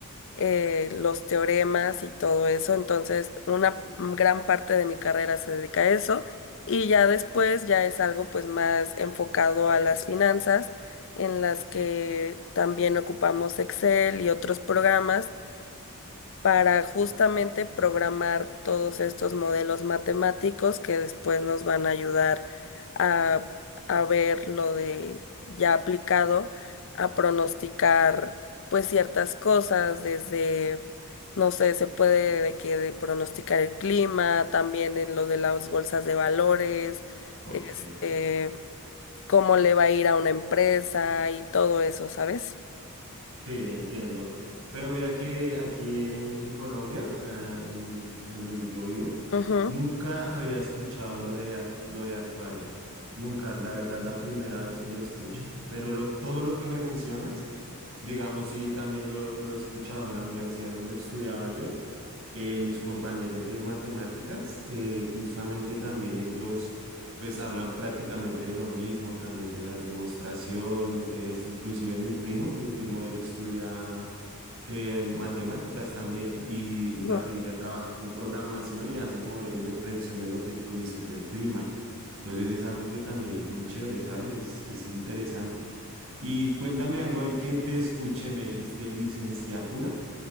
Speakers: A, on the left (about 60°); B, on the right (about 70°).
A: eh, los teoremas y todo eso. Entonces, una gran parte de mi carrera se dedica a eso y ya después ya es algo pues más enfocado a las finanzas, en las que también ocupamos Excel y otros programas para justamente
B: ok,
A: programar todos estos modelos matemáticos que después nos van a ayudar a, a ver lo de ya aplicado, a pronosticar pues ciertas cosas desde, no sé, se puede de que de pronosticar el clima, también en lo de las bolsas de valores,
B: ok.
A: este, cómo le va a ir a una empresa y todo eso, ¿sabes?
B: Sí, entiendo. Pero mira que aquí en, en Colombia, acá en, en donde yo vivo,
A: Ujú,
B: nunca había escuchado lo de, ac- lo de actuaria. Nunca, la verdad, la primera vez que lo escucho. Pero lo, todo lo que me mencionas, digamos, sí, también lo, lo he escuchado en la universidad en donde estudiaba yo eh, mis compañeros de matemáticas, eh, justamente también ellos pues hablan prácticamente de lo mismo, también de las demostraciones, de esto, inclusive mi primo, mi primo él estudia eh, matemáticas también y,
A: ujú,
B: tra- y ya trabaja con programación y hacen modelos de predicción de lo que tú dices del clima. Entonces es algo que también es muy chévere, ¿sabes? Es, es interesante. Y cuéntame algo ahí que te escuché, me dijiste licenciatura, o